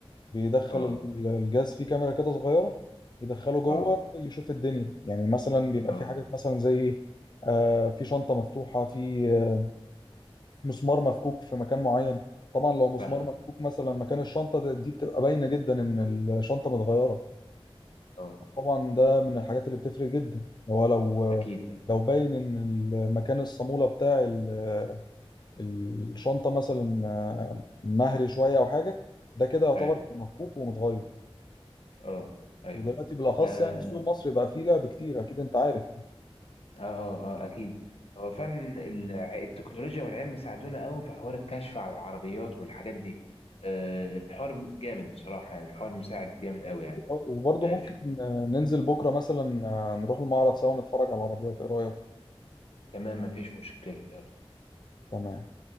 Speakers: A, on the left (about 45°); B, on the left (about 75°).
A: بيدخل
B: اه
A: ال- الجهاز فيه كاميرا كده صغيرة يدخله جوه
B: اه
A: يشوف الدنيا يعني مثلا بيبقى
B: اه
A: في حاجات مثلا زي ايه آه، في شنطة مفتوحة في آه، مسمار مفكوك في مكان معين طبعا لو مسمار
B: فاهمه
A: مفكوك مثلا مكان الشنطة ده- دي بتبقى باينة جدا إن الشنطة متغيرة
B: اه
A: طبعا ده من الحاجات اللي بتفرق جدا هو لو
B: اكيد طبعا
A: لو باين ان المكان الصامولة بتاع ال- الشنطة مثلا آه، مهري شوية او حاجة ده كده يعتبر
B: ايوه
A: مفكوك ومتغير
B: اه ايوه
A: ودلوقتي بالاخص
B: آه
A: يعني السوق المصري بقى فيه لعب كتير اكيد انت عارف يعني
B: اه اه اه اكيد هو فعلا الع- التكنولوجيا والعلم ساعدونا قوي في حوار الكشف على العربيات والحاجات دي آه الحوار جامد بصراحة يعني الحوار مساعد جامد قوي يعني
A: أكيد، آه، وبرضه
B: آه
A: ممكن
B: في...
A: آه، ننزل بكرة مثلا آه، نروح المعرض سوا نتفرج على العربيات ايه رأيك
B: تمام مفيش مشكلة يلا
A: تمام